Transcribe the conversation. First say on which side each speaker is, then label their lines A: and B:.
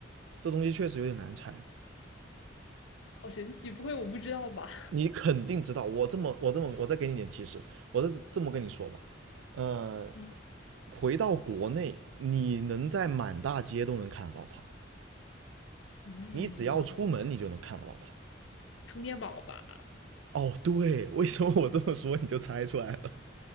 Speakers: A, on the right; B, on the left.
A: 这东西确实有点难猜。
B: 好神奇，不会我不知道吧？
A: 你肯定知道，我这么我这么我再给你点提示，我这这么跟你说吧，呃，
B: 嗯，
A: 回到国内，你能在满大街都能看得到它，
B: 嗯，
A: 你只要出门你就能看得到它。
B: 充电宝吧，
A: 哦，对，为什么我这么说你就猜出来了？